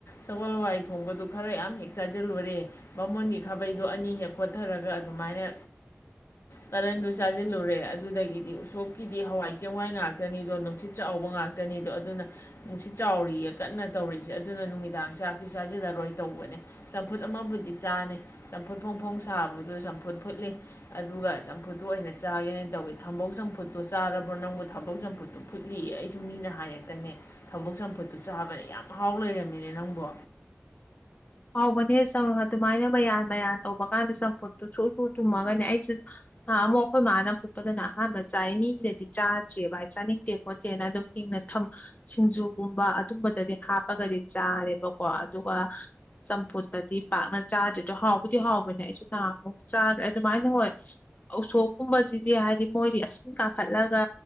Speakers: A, on the left; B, on the left.
A: ꯁꯒꯣꯜ ꯍꯋꯥꯏ ꯊꯣꯡꯕꯗꯨ ꯈꯔ ꯌꯥꯝ ꯍꯦꯛ ꯆꯥꯁꯤꯜꯂꯨꯔꯦ ꯃꯃꯣꯟꯒꯤ ꯈꯥꯕꯩꯗꯣ ꯑꯅꯤ ꯍꯦꯛ ꯈꯣꯊꯔꯒ ꯑꯗꯨꯃꯥꯏꯅ ꯀꯂꯟꯗꯨ ꯆꯥꯁꯤꯜꯂꯨꯔꯦ ꯑꯗꯨꯗꯒꯤꯗꯤ ꯎꯁꯣꯞꯀꯤꯗꯤ ꯍꯋꯥꯏ ꯆꯦꯡꯋꯥꯏ ꯉꯥꯛꯇꯅꯤꯗꯣ ꯅꯨꯡꯁꯤꯠ ꯆꯥꯎꯕ ꯉꯥꯛꯇꯅꯤꯗꯣ ꯑꯗꯨꯅ ꯅꯨꯡꯁꯤꯠ ꯆꯥꯎꯔꯤꯌꯦ ꯀꯟꯅ ꯇꯧꯔꯤꯁꯦ ꯑꯗꯨꯅ ꯅꯨꯃꯤꯗꯥꯡ ꯆꯥꯛ ꯆꯥꯁꯤꯜꯂꯔꯣꯏ ꯇꯧꯕꯅꯦ ꯆꯝꯐꯨꯠ ꯑꯃꯕꯨꯗꯤ ꯆꯥꯅꯤ ꯆꯝꯐꯨꯠ ꯐꯣꯡ ꯐꯣꯡ ꯁꯥꯕꯗ ꯆꯝꯐꯨꯠ ꯐꯨꯠꯂꯤ ꯑꯗꯨꯒ ꯆꯝꯐꯨꯠꯇꯨ ꯑꯣꯏꯅ ꯆꯥꯒꯦꯅꯦꯅ ꯇꯧꯏꯤ ꯊꯝꯕꯧ ꯆꯝꯐꯨꯠꯇꯣ ꯆꯥꯔꯕ꯭ꯔꯣ ꯅꯪꯕꯨ ꯊꯕꯛ ꯆꯝꯐꯨꯠꯇꯨ ꯐꯨꯠꯂꯤ ꯑꯩꯁꯨ ꯃꯤꯅ ꯍꯥꯏꯔꯛꯇꯅꯦ ꯊꯕꯛ ꯆꯝꯐꯨꯠꯇꯨ ꯆꯥꯕꯅꯦ ꯌꯥꯝ ꯍꯥꯎ ꯂꯩꯔꯝꯃꯤꯅꯦ ꯅꯪꯕꯨ
B: ꯍꯥꯎꯕꯅꯦ ꯑꯗꯨꯃꯥꯏꯅ ꯃꯌꯥꯟ ꯃꯌꯥꯟ ꯇꯧꯕ ꯀꯥꯟꯗ ꯆꯝꯐꯨꯠꯇꯨ ꯁꯨ ꯁꯨ ꯊꯨꯝꯃꯒꯅꯦ ꯑꯩꯁꯨ ꯑꯃꯨꯛ ꯑꯩꯈꯣꯏ ꯃꯥꯅ ꯐꯨꯠꯄꯗꯅ ꯑꯍꯥꯟꯕ ꯆꯥꯏ ꯃꯤꯗꯗꯤ ꯆꯥꯗ꯭ꯦꯕ ꯍꯥꯏ ꯆꯥꯅꯤꯡꯗꯦ ꯈꯣꯠꯇꯦꯅ ꯑꯗꯨꯝ ꯍꯤꯡꯅꯝ ꯁꯤꯡꯖꯨꯒꯨꯝꯕ ꯑꯗꯨꯝꯕꯗꯗꯤ ꯍꯥꯞꯄꯒꯗꯤ ꯆꯥꯔꯦꯕꯀꯣ ꯑꯗꯨꯒ ꯆꯝꯐꯨꯠꯇꯗꯤ ꯄꯥꯛꯅ ꯆꯥꯗ꯭ꯦ ꯑꯗꯣ ꯍꯥꯎꯕꯨꯗꯤ ꯍꯥꯎꯕꯅꯦ ꯑꯩꯁꯨ ꯅꯍꯃꯨꯛ ꯆꯥꯈ꯭ꯔꯦ ꯑꯗꯨꯃꯥꯏꯅ ꯍꯣꯏ ꯑꯁꯣꯛꯀꯨꯝꯕꯁꯤꯗꯤ ꯍꯥꯏꯗꯤ ꯃꯣꯏꯗꯤ ꯑꯁꯤꯟ ꯀꯥꯈꯠꯂꯒ